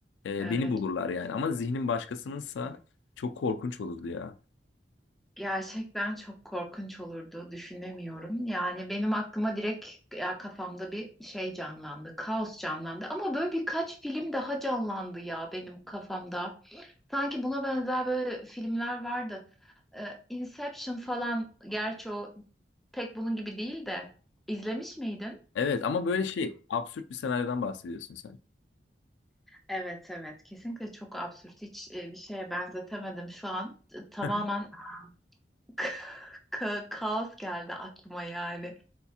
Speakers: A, on the left; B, in the centre.
A: E,
B: evet.
A: beni bulurlar yani ama zihnin başkasınınsa çok korkunç olurdu ya.
B: Gerçekten çok korkunç olurdu, düşünemiyorum. Yani benim aklıma direkt ya kafamda bir şey canlandı, kaos canlandı. Ama böyle birkaç film daha canlandı ya benim kafamda. Sanki buna benzer böyle filmler vardı. Ee, Inception falan, gerçi o pek bunun gibi değil de. İzlemiş miydin?
A: Evet ama böyle şey absürt bir senaryodan bahsediyorsun sen.
B: Evet evet kesinlikle çok absürt hiç e, bir şeye benzetemedim şu an E, tamamen
A: <laughs>
B: <laughs> ka- kaos geldi aklıma yani